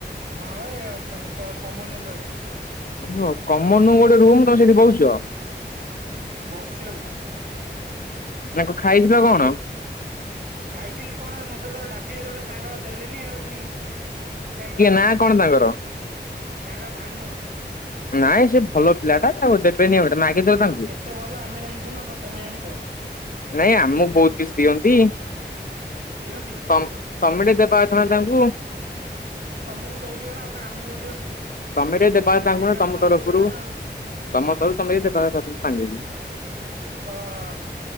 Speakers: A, on the right (about 50°); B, on the left (about 50°).
A: ହଁ ଭା ଏ ଅଛନ୍ତି କମନ ରୁମ ରେ ଅଛି।
B: ଓ କମନ ରୁମ ଗୋଟେ ରୁମ ତମେ ସେଠି ବଉଛ।
A: ବଶ୍ଚି ଆଉ।
B: ନା ଙ୍କ ଖାଇଥିଲ କଣ।
A: ଖାଇଥିଲି କଣ ମତେ ତ ଡାକିଲେ ଜଣେ ସାଙ୍ଗ ଦେଲେନି ଆଉ ପୁଣି ଖାଇବା
B: କିଏ
A: କୁ
B: ନା
A: କଣ ହେଲା
B: ତାଙ୍କର
A: ତାଙ୍କର ଭାନୁ।
B: ନାଇଁ ସେ ଭଲ ପିଲାଟା। ତାକୁ ଦେବେନି ଆଉ ମାଗିଥିଲ
A: ହଁ
B: ତାଙ୍କୁ?
A: କେତେ ଭଲ ଆମେ ଜାଣିଛୁ ନା କ ତମେ ଜାଣିଛ।
B: ନାଇଁ ଆମକୁ ବହୁତ କିଛି ଦିଅନ୍ତି।
A: ଦିଅନ୍ତି
B: ତ ତମଟେ ଦେବା କଥା ନା ତାଙ୍କୁ।
A: ତମକୁ ଦଉଥିବ ନା ଆଉ କ ଆମକୁ ଦିଅନ୍ତି।
B: ତମେ ଟିକେ ଦେବା କଥା ତାଙ୍କୁ
A: ସିଏ ଖାଲି
B: ନା ତମ
A: ତମକୁ
B: ତରଫରୁ
A: ଦେବେ ନା ଆଉ।
B: ତମ ତରୁ ତମେ ଦେବା କଥା ତମ ସାଙ୍ଗକୁ।
A: ହଁ ସ।